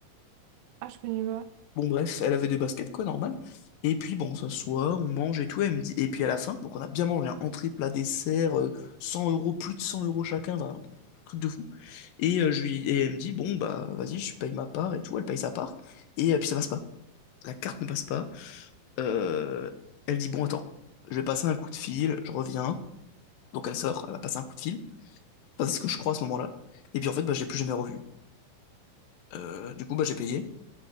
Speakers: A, on the right (about 85°); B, on the left (about 75°).
A: Ah, je connais pas.
B: Bon, bref, elle avait des baskets, quoi, normal. Et puis, bon, on s'assoit, on mange et tout. Elle me dit... Et puis, à la fin, donc on a bien mangé, un entrée, plat, dessert, euh, 100 euros, plus de 100 euros chacun, enfin, truc de fou. Et, euh, je lui, et elle me dit, bon, bah, vas-y, je paye ma part et tout. Elle paye sa part. Et euh, puis ça passe pas. La carte ne passe pas. Euh, elle dit, bon, attends, je vais passer un coup de fil, je reviens. Donc elle sort, elle va passer un coup de fil. Enfin, c'est ce que je crois à ce moment-là. Et puis en fait, bah, je l'ai plus jamais revu. Euh, du coup, bah, j'ai payé.